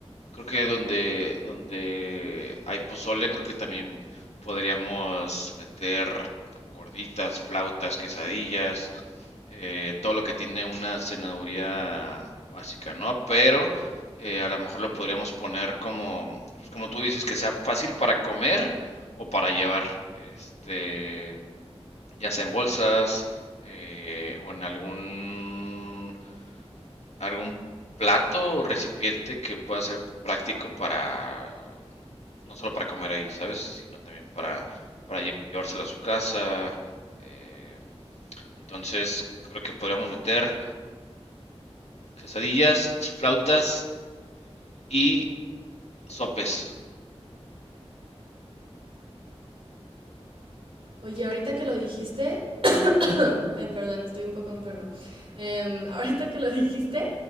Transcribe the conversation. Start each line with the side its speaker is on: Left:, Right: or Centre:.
Left: Creo que donde, donde hay pozole, creo que también podríamos meter gorditas, flautas, quesadillas, eh, todo lo que tiene una cenaduría básica, ¿no? Pero eh, a lo mejor lo podríamos poner como, pues, como tú dices, que sea fácil para comer o para llevar. Este, ya sea en bolsas eh, o en algún, algún plato o recipiente que pueda ser práctico para, no solo para comer ahí, ¿sabes? Sino también para, para llevárselo a su casa. eh, entonces, creo que podríamos meter quesadillas, flautas y sopes.
Right: Oye, ahorita que lo dijiste, <coughs> ay, perdón, estoy un poco enferma. Em, <laughs> ahorita que lo dijiste,